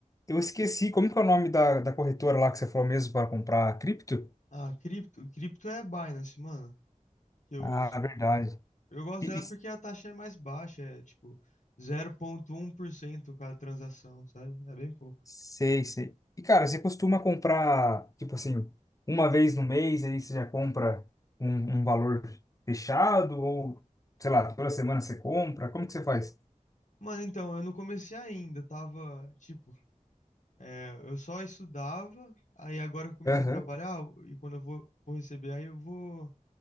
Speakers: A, on the left (about 25°); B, on the left (about 65°).
A: eu esqueci, como que é o nome da, da corretora lá que você falou mesmo para comprar cripto?
B: Ah, cripto. Cripto é Binance, mano, que eu
A: Ah,
B: uso.
A: verdade.
B: Eu gosto
A: E,
B: dela
A: e
B: porque a taxa é mais baixa, é tipo zero vírgula um por cento cada transação, sabe? É bem pouco.
A: Sei, sei. E, cara, você costuma comprar, tipo assim, uma vez no mês, aí você já compra um, um valor fechado? Ou, sei lá, toda semana você compra? Como que você faz?
B: Mano, então, eu não comecei ainda, tava, tipo, é, eu só estudava, aí agora eu comecei
A: Aham,
B: a trabalhar, e quando eu vou, vou receber, aí eu vou